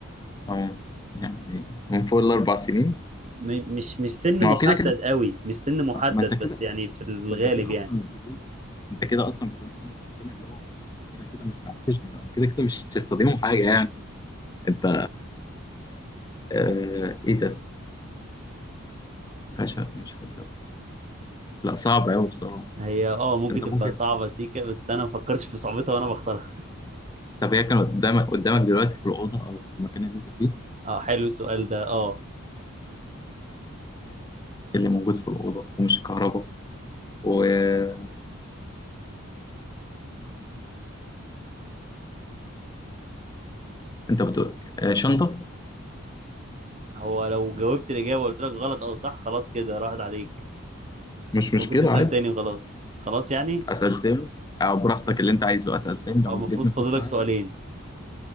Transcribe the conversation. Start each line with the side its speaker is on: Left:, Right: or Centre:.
Left: أو يعني من فوق الأربع سنين
Right: م- مش مش سن
Left: ما
Right: محدد
Left: هو كده كده
Right: قوي مش سن محدد
Left: ما أنت كده
Right: بس يعني في الغالب
Left: أنت كده
Right: يعني
Left: أصلا بتقول أنت كده أصلا بتقول سنة سنتين اللي هو الربع كده كده مش بيحتشم هو كده كده مش هيستخدموا حاجة يعني أنت آه إيه ده خشب مش خشب لا صعب أوي بصراحة
Right: هي اه ممكن
Left: أنت
Right: تبقى
Left: ممكن
Right: صعبة سيكا بس انا ما فكرتش في صعوبتها وانا بختارها
Left: طب هي كانت قدامك قدامك دلوقتي في الأوضة أو في المكان اللي أنت فيه
Right: اه حلو السؤال ده اه
Left: اللي موجود في الأوضة ومش كهرباء وأنت بتقول شنطة
Right: هو لو جاوبت الاجابة وقلت لك غلط او صح خلاص كده راحت عليك
Left: مش
Right: انت
Left: مشكلة
Right: ممكن تسأل
Left: عادي
Right: تاني وخلاص خلاص يعني
Left: أسأل تاني أو براحتك اللي أنت عايزه أسأل تاني لو
Right: اه
Left: مديتني
Right: المفروض فاضلك
Left: فرصة عادي
Right: سؤالين